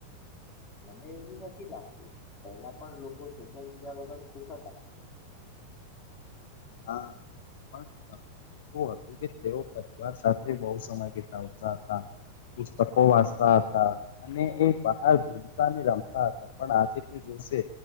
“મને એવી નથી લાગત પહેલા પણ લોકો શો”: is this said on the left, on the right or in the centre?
Left